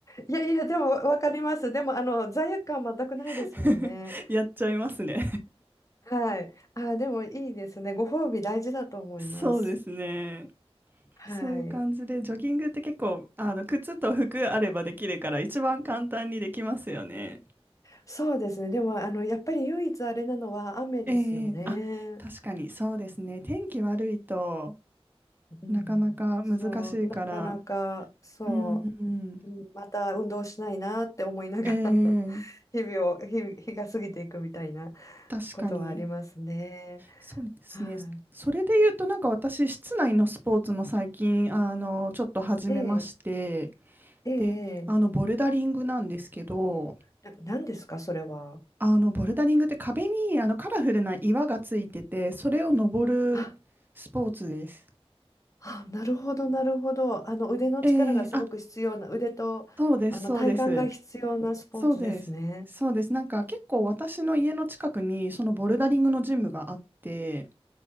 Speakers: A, on the left; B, on the right.
A: いやいや、でもわかります。でもあの罪悪感全くないですもんね。
B: <laughs> やっちゃいますね。
A: はい。あ、でもいいですね。ご褒美大事だと思います。
B: そうですね。
A: はい。
B: そういう感じで、ジョギングって結構、あの、靴と服あればできるから、一番簡単にできますよね。
A: そうですね。でも、あの、やっぱり唯一あれなのは雨ですよね。
B: ええあ、確かにそうですね。天気悪いと
A: うん。
B: なかなか難しいから。
A: そう、なかなか、そう、
B: うん、うん、
A: うんまた運動しないなって思いながら
B: ええ
A: <laughs> 日々を、日々、日が過ぎていくみたいな
B: 確かに。
A: ことはありますね。
B: そうですね。
A: は
B: それで言うと、なんか私、室内のスポーツも最近、あの、ちょっと始めまして、
A: い、ええ、ええ、え
B: で、あの、ボルダリングなんですけど、
A: えな、何ですか、それは。
B: あの、ボルダリングって壁にあのカラフルな岩がついてて、それを登るスポーツです。
A: あ、あ、なるほど、なるほど。あの、腕の力がすごく必要な、
B: ええあ、
A: 腕と、
B: そうです、
A: あの、
B: そうです。
A: 体幹が必要なスポーツですね。
B: そうです。そうです。なんか結構私の家の近くにそのボルダリングのジムがあって、